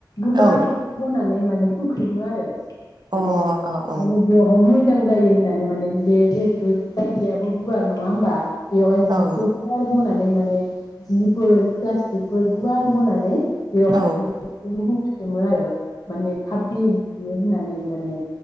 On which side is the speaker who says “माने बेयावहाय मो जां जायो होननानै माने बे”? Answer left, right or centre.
Left